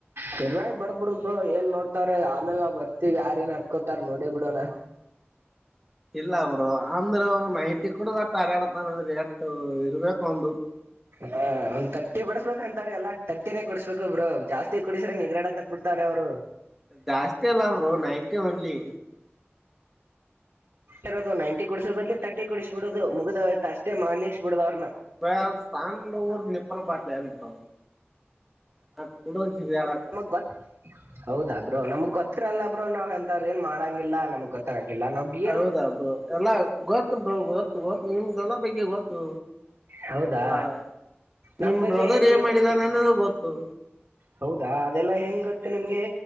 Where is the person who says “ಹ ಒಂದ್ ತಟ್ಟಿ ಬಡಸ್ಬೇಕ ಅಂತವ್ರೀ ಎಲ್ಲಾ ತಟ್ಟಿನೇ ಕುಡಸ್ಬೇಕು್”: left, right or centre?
Right